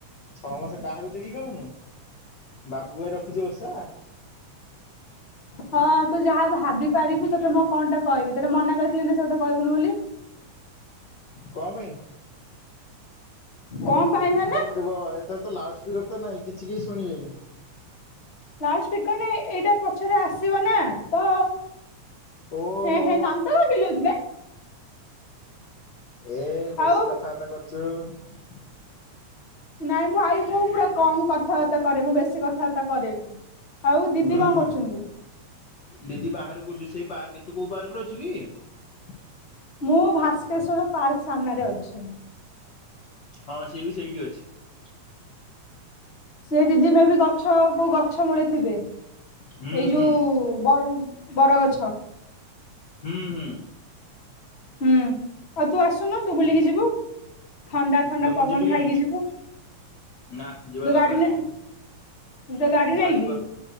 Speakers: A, on the left; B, on the left.
A: ଛଅ ମାସ କାହାକୁ ଦେଖିକି ଖାଉନୁ? ବାବୁ ପାଇଁ ରଖିଚି ଓଷା।
B: ହଁ ତୁ ଯାହା ଭାବି ପାରିବୁ ତତେ ମୁଁ କଣ ଟା କହିବି, ତତେ ମନା କରିଥିଲି ନା ସେ କଥା କହିବୁନି ବୋଲି।
A: କଣ ପାଇଁ?
B: କଣ ପାଇଁ ମାନେ
A: ତୁ କଣ ଏଥର ତ ଲାଉଡ୍ସ ତୋର ତ ନାଇ କିଛି କେହି ଶୁଣିବେନି।
B: ଲାଉଡ୍ସ ସ୍ପିକର୍ ନାହିଁ। ଏଇଟା ପଛରେ ଆସ ଆସିବ ନା ପଅ,
A: ଓହୋ
B: ହେଁ ହେଁ ଦାନ୍ତ କଣ କିଲଉଚୁ ବେ।
A: ଏ ବେଶି
B: ଆଉ
A: କଥାବାର୍ତ୍ତା କର ଚୁ
B: ନାଇଁ ଭାଇ ମୁଁ ପୁରା କମ୍ କଥାବାର୍ତ୍ତା କରେ। ମୁଁ ବେଶୀ କଥାବାର୍ତ୍ତା କରେନି। ଆଉ ଦିଦି
A: ହୁଁ,
B: କଣ କରୁଛନ୍ତି?
A: ଦିଦି ବାହାରେ ବୁଲୁଛି। ସେଇ ପାର୍କେ, ତୁ କୋଉ ପାର୍କରେ ଅଛୁ କି?
B: ମୁଁ ଭାସ୍କେଶ୍ଵର ପାର୍କ ସାମ୍ନାରେ ଅଛି।
A: ହଁ ସିଏ ବି ସେଇଟି ଅଛି।
B: ସେ ଦିଦି ମେ ବି ଗଛ କୋଉ ଗଛ ମୂଳେ ଥିବେ।
A: ହୁଁ
B: ଏଇ ଯୋଉ
A: ହୁଁ
B: ବର ବରଗଛ।
A: ହୁଁ, ହୁଁ,
B: ହୁଁ, ଆଉ ତୁ ଆସୁନୁ, ତୁ ବୁଲିକି ଯିବୁ। ଥଣ୍ଡା ଥଣ୍ଡା
A: ତ
B: ପବନ
A: ମୁଁ ଯିବି
B: ଖାଇକି
A: କେମିତି?
B: ଯିବୁ
A: ନା ଯିବା
B: ତୋ
A: ଦରକାର
B: ଗାଡି ନେ
A: ନାହିଁ।
B: ତୋ ଗାଡି ନେଇକି
A: ଗାଡ଼ି ପା-